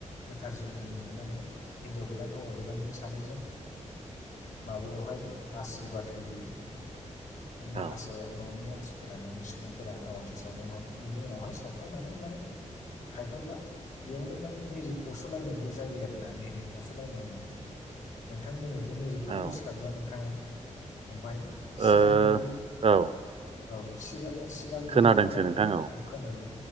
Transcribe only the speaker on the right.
औ
औ
ओ
औ
खोनादोंसो
नोंथां